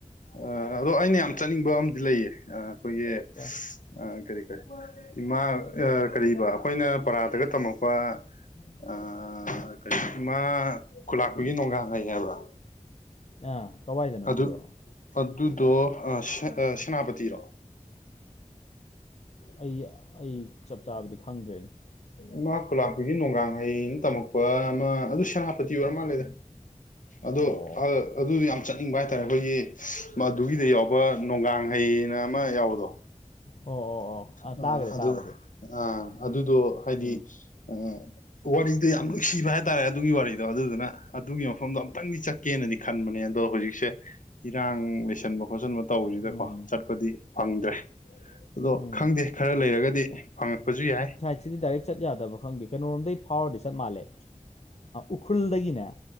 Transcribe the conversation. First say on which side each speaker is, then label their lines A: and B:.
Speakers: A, on the left; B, on the left.
A: ꯑ ꯑꯗꯣ ꯑꯩꯅ ꯌꯥꯝ ꯆꯠꯅꯤꯡꯕ ꯑꯃꯗꯤ ꯂꯩꯌꯦ, ꯑꯩꯈꯣꯏꯒꯤ
B: ꯑꯦ
A: ꯑꯥ, ꯀꯔꯤ ꯀꯔꯤ ꯏꯃꯥ ꯀꯔꯤꯕ ꯑꯩꯈꯣꯏꯅ ꯄꯔꯥꯗꯒ ꯇꯝꯃꯛꯄ ꯑꯥ, ꯀꯔꯤ ꯏꯃꯥ ꯈꯨꯂꯥꯛꯄꯒꯤ ꯅꯣꯡꯒꯥꯡ ꯍꯩ ꯍꯥꯏꯕ꯭ꯔꯥ꯫
B: ꯑꯥ ꯀꯋꯥꯏꯗꯅꯣ ꯑꯗꯨꯗꯣ
A: ꯑꯗꯨ ꯑꯗꯨꯗꯣ ꯑꯥ ꯁꯦꯅꯥꯄꯇꯤꯔꯣ,
B: ꯑꯩ ꯑꯩ ꯆꯞ ꯆꯥꯕꯗꯤ ꯈꯪꯗ꯭ꯔꯦꯅꯦ꯫
A: ꯏꯃꯥ ꯈꯨꯂꯥꯛꯄꯤꯒꯤ ꯅꯣꯡꯒꯥꯡ ꯍꯩꯅ ꯇꯝꯃꯛꯄ ꯑꯃ ꯑꯗꯨ ꯁꯦꯅꯥꯄꯇꯤ ꯑꯣꯏꯔ ꯃꯥꯜꯂꯦꯗ꯫ ꯑꯗꯣ
B: ꯑꯣ
A: ꯑ ꯑꯗꯨ ꯌꯥꯝ ꯆꯠꯅꯤꯡꯕ ꯍꯥꯏꯇꯥꯔꯦ, ꯑꯩꯈꯣꯏꯒꯤ ꯃꯗꯨꯒꯤꯗ ꯌꯥꯎꯕ ꯅꯣꯡꯒꯥꯡ ꯍꯩ ꯍꯥꯏꯅ ꯑꯃ ꯌꯥꯎꯕꯗꯣ
B: ꯑꯣ ꯑꯣ ꯑꯣ ꯑꯥ
A: ꯑ
B: ꯇꯥꯈ꯭ꯔꯦ
A: ꯑꯗꯨ
B: ꯇꯥꯕꯗꯤ
A: ꯑ ꯑꯗꯨꯗꯣ ꯍꯥꯏꯗꯤ
B: ꯎꯝ
A: ꯑ ꯋꯥꯔꯤꯗꯣ ꯌꯥꯝ ꯅꯨꯡꯁꯤꯕ ꯍꯥꯏꯇꯥꯔꯦ, ꯑꯗꯨꯒꯤ ꯋꯥꯔꯤꯗꯣ ꯑꯗꯨꯗꯨꯅ ꯑꯗꯨꯒꯤ ꯃꯐꯝꯗꯣ ꯑꯝꯇꯪꯗꯤ ꯆꯠ ꯀꯦꯅꯗꯤ ꯈꯟꯕꯅꯦ ꯑꯗꯣ ꯍꯧꯖꯤꯛꯁꯦ ꯏꯔꯥꯡ ꯂꯩꯁꯟꯕ ꯈꯣꯠꯆꯟꯕ ꯇꯧꯔꯤꯁꯤꯗ
B: ꯎꯝ
A: ꯀꯣ ꯆꯠꯄꯗꯤ ꯐꯪꯗ꯭ꯔꯦ ꯑꯗꯣ,
B: ꯎꯝ
A: ꯈꯪꯗꯦ ꯈꯔ ꯂꯩꯔꯒꯗꯤ ꯐꯪꯉꯛꯄꯁꯨ ꯌꯥꯏ
B: ꯁꯤꯗꯤ ꯗꯥꯏꯔꯦꯛ ꯆꯠ ꯌꯥꯗꯕ꯭ꯔꯥ ꯈꯪꯗꯦ, ꯀꯩꯅꯣꯔꯣꯝꯗꯩ ꯐꯥꯎꯔꯗꯤ ꯆꯠ ꯃꯥꯜꯂꯦ ꯎꯈ꯭ꯔꯨꯜꯗꯒꯤꯅꯦ꯫